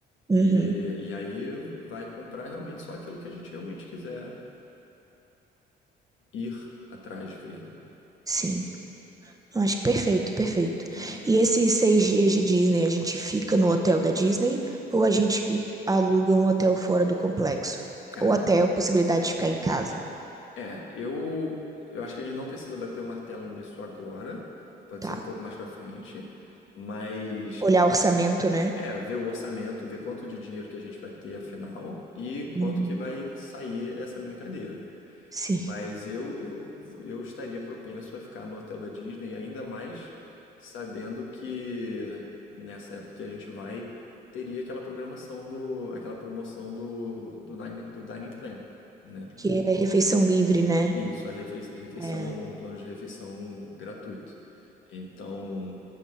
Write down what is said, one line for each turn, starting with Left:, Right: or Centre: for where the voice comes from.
Right: Uhum.
Left: E, e aí vai comprar realmente só aquilo que a gente realmente quiser ir atrás ver, né?
Right: Sim. Eu acho perfeito, perfeito.
Left: Tá, é,
Right: E esses seis dias de Disney, a gente fica no hotel da Disney ou a gente aluga um hotel fora do complexo?
Left: cara,
Right: Ou até a possibilidade de ficar em casa,
Left: é, eu eu acho que a gente não precisa bater o martelo nisso agora, pode
Right: tá?
Left: ser um pouco mais para frente, mas
Right: Olhar
Left: cons-
Right: orçamento, né?
Left: é, ver o orçamento, ver quanto de dinheiro que a gente vai ter afinal e quanto
Right: Uhum.
Left: que vai sair essa brincadeira.
Right: Sim,
Left: Mas eu, eu, eu estaria propenso a ficar no hotel da Disney, ainda mais sabendo que nessa época que a gente vai, teria aquela programação do, aquela promoção do, do, Nine- do Dining Plan, né?
Right: que é refeição livre, né?
Left: Isso, a refei- refeição,
Right: É.
Left: o plano de refeição gratuito. Então,